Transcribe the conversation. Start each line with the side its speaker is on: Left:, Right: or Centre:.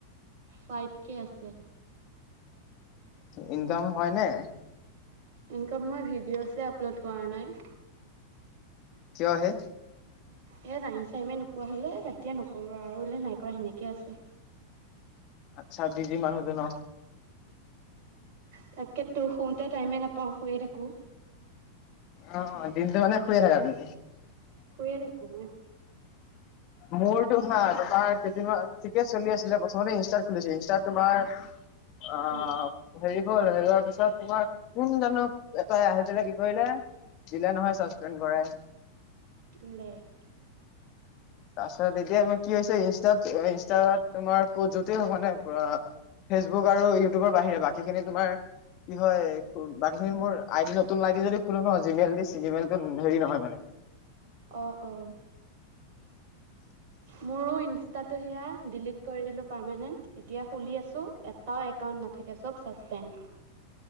Right: ফাইভ কে আছে।
Left: ইনকামো হয় নে?
Right: ইনকাম মই ভিডিঅ'ছে আপলোড কৰা নাই।
Left: কিয় হে?
Right: এয়া টাইম চাইমে নোপোৱা হ'লে বাদ দিয়া নকৰোঁ আৰু বোলে নাই কৰা সেনেকৈ আছে।
Left: আচ্ছা বিজি মানুহ যে ন?
Right: তাকেত তো শুওঁতে টাইমেই নাপাওঁ শুয়ে থাকোঁ।
Left: অ', অ', দিনটো মানে শুয়ে থাকা তুমি?
Right: শুইৱে থাকোঁ মই।
Left: মোৰতো হা তোমাৰ কেইদিনমান ঠিকে চলি আছিলে প্ৰথমতে ইনষ্টাত খুলিছিল ইনষ্টাত তোমাৰ আ
Right: উম
Left: হেৰি হ'ল হেৰি হোৱাৰ পিছত তোমাৰ কোন জানো এটাই আহি পেলাই কি কৰিলে দিলে নহয় চাচপেণ্ড কৰাই।
Right: <inaudible>
Left: তাৰপিছত এতিয়া মই কি হৈছে ইনষ্টাত ইনষ্টাত তোমাৰ ক'ত যতেই হওক মানে ফেচবুক আৰু ইউটিউবৰ বাহিৰে বাকীখিনি তোমাৰ কি হয় বাকী খিনি মোৰ আই ডি নতুন আই ডি যদি খোলো ন জিমেইল দি চিমল এক হেৰি নহয় মানে।
Right: অ', অ'।
Left: <inaudible>
Right: মোৰো ইনষ্টাটো সেয়া ডিলিট কৰি দিলোঁ পাৰমানেণ্ট এতিয়া খুলি আছোঁ এটাও একাউণ্ট নাথাকে চব ছাছপেণ্ড।